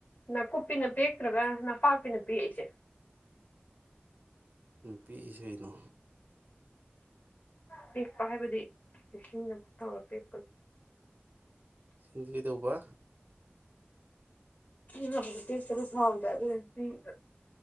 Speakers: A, on the left; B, on the right.
A: ꯅꯥꯀꯨꯞꯄꯤꯅ ꯄꯦꯛꯛꯇ꯭ꯔꯒ ꯅꯄꯥꯛꯄꯤꯅ ꯄꯦꯛ ꯑꯩꯁꯦ
B: ꯄꯤꯛꯏꯁꯦ ꯀꯩꯅꯣ
A: ꯄꯤꯦꯛꯄ ꯍꯥꯏꯕꯗꯤ ꯅꯤꯡꯁꯤꯡ ꯇꯧꯔ ꯄꯦꯛꯄ
B: ꯁꯤꯡꯗꯤ ꯀꯩꯗꯧꯕ
A: ꯉꯁ ꯇꯔ ꯁꯅꯥꯗ ꯑꯗꯨ ꯎꯝ